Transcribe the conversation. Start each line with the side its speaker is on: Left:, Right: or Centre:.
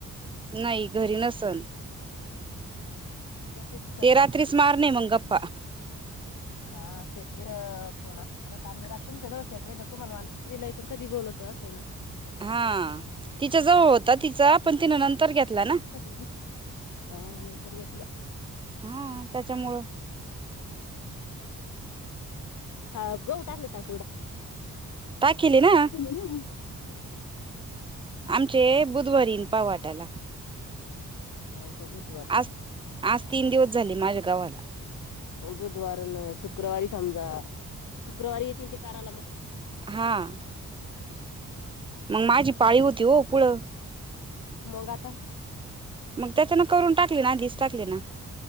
Right: नाही घरी नसन
Left: जास्त दिसत
Right: ते रात्रीच
Left: <inaudible>
Right: मारणे मग गप्पा
Left: हा सेपरेट फोन परत आण तुमच्या जवळ सेपरेट आहे तुम्हाला <inaudible> दिलय तू कधी बोलतो असे ना
Right: हा तिच्या जवळ होता तिचा पण तिन नंतर घेतला ना
Left: <inaudible> हा नंतर घेतला
Right: हा त्याच्यामुळं
Left: हा गहू टाकले का
Right: टाकेली ना
Left: <inaudible> होव का
Right: आमचे हे बुधवारी इन पावट आला
Left: आ <inaudible>
Right: आज आज तीन दिवस झाले माझ्या गावाला
Left: बुधवारी, शुक्रवारी समजा शुक्रवारी येतील ते कारायला मग.
Right: हां, मगं माझी पाळी होती हो पुढं
Left: मंग आता?
Right: मग त्याचानं करून टाकले ना, आधीस टाकले ना.